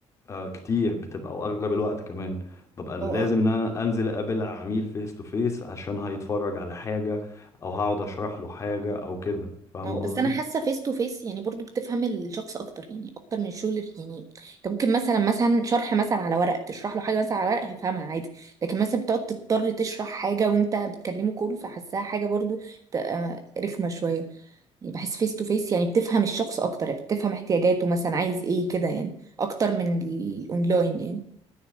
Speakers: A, on the left (about 30°); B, on the right (about 30°).
A: آه، كتير بتبقى او اغلب الوقت كمان ببقى لازم
B: يعني
A: ان انا انزل اقابل العميل فيس تو فيس عشان هيتفرج على حاجه او هقعد اشرح له حاجه او كده فاهمه
B: اه بس
A: قصدي
B: انا حاسه فيس تو فيس يعني برضو بتفهم الشخص اكتر يعني اكتر من الشغل ال- يعني انت ممكن مثلا مثلا شرح مثلا على ورق تشرح له حاجه مثلا على ورق هيفهمها عادي لكن مثلا بتقعد تضطر تشرح حاجه وانت بتكلمه كول فحاساها حاجه برضو ت- آه، رخمه شويه يعني بحس فيس تو فيس يعني بتفهم الشخص اكتر يعني بتفهم احتياجاته مثلا عايز ايه كده يعني اكتر من الاونلاين يعني